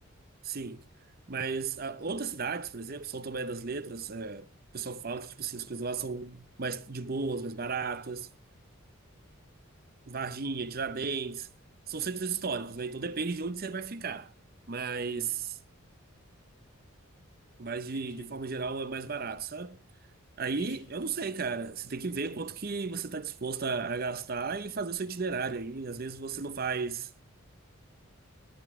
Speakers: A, on the right; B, on the left.
A: Sim. Mas ah, outras cidades, por exemplo, São Tomé das Letras, é, o pessoal fala que tipo, assim, as coisas lá são mais de boas, mais baratas. Varginha, Tiradentes, são centros históricos, né? Então depende de onde você vai ficar. Mas,
B: Hum.
A: mas
B: Entendi,
A: de, de forma geral, é mais barato, sabe? Aí,
B: entendi.
A: eu não sei, cara. Você tem que ver quanto que você está disposto a, a gastar e fazer o seu itinerário aí. Às vezes você não faz,